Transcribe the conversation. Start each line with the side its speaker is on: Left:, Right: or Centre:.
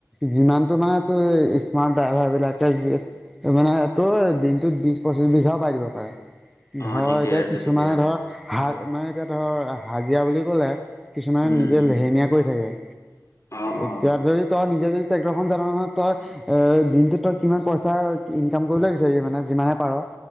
Centre: যিমানটো মানে তোৰ স্মাৰ্ট ড্ৰাইভাৰ বিলাকে মানে তোৰ দিনটোত বি- পঁচিছ বিঘাও পাই দিব পাৰে।
Left: অ
Centre: ধৰ
Left: ঠিকে
Centre: এতিয়া
Left: আছে
Centre: কিছুমান
Left: ঠিকে আছে
Centre: ধৰ হাৰ মানে এতিয়া ধৰ হাজিৰা বুলি কলে কিছুমানে
Left: উম
Centre: নিজে
Left: উম
Centre: লেহেমীয়া কৰি থাকে।
Left: অ অ
Centre: এতিয়া ধৰি তই নিজে যদি ট্ৰেক্টৰ খন জানা নহয়, তই এ দিনটোত তই কিমান পইচা ইনকাম কৰিব বিচাৰি মানে যিমানে পাৰ।